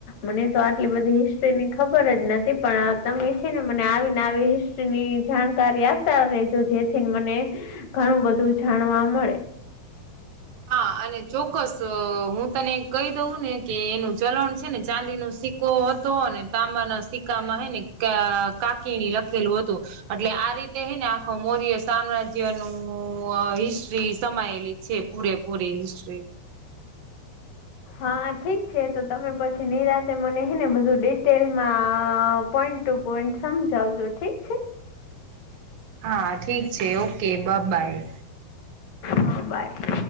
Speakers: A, on the left; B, on the right.
A: મને તો આટલી બધી હિસ્ટ્રીની ખબર જ નથી પણ આ તમે જ છે ને મને આવીને આવી હિસ્ટ્રીની જાણકારી આપતા રે જો જેથી ન મને ઘણું બધું જાણવા મળે.
B: હા અને ચોક્કસ હું તને કહી દઉં ને કે એનું ચલણ છે ને ચાંદીનો સિક કો હતો અને તાંબાના સિક્કામાં હે ને ક કાકીણી લખેલું હતું. એટલે આ રીતે હેને આખો મૌર્ય સામ્રાજ્યનું અ હિસ્ટ્રી સમાયેલી છે. પૂરે પૂરી હિસ્ટ્રી
A: હા ઠીક છે તો તમે પછી નિરાંતે મને હે ને બધું ડિટેલમાં અ પોઈન્ટ ટુ પોઈન્ટ સમજાવજો ઠીક છે.
B: હા ઠીક છે ઓકે બ બાય.
A: હા બાય.